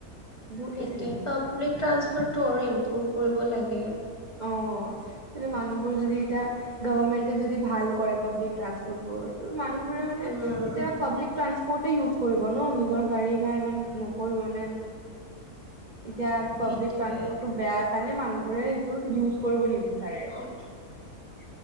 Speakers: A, on the right (about 35°); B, on the left (about 20°).
A: বহুত বেছি
B: এতিয়া পাব্লিক ট্ৰান্সপ'ৰ্ট টো আৰু ইমপ্ৰভ কৰিব লাগে
A: অ মানে মানুহবোৰ যদি এতিয়া গভৰ্মেন্টে যদি ভাল কৰে পাব্লিক ট্ৰান্সপোৰ্ট বোৰ মানুহবোৰে মানে
B: উম
A: যেতিয়া পাব্লিক ট্ৰান্সপ'ৰ্ট ইউজ কৰিব ন নিজৰ গাড়ীহে ইমান নকৰিব মানে এতিয়া
B: সেইটোৱে
A: পাব্লিক ট্ৰান্সপ'ৰ্ট টো বেয়া কাৰণে মানুহ বোৰে সেইটো ইউজ কৰিব নিবিচাৰে
B: <unintelligible>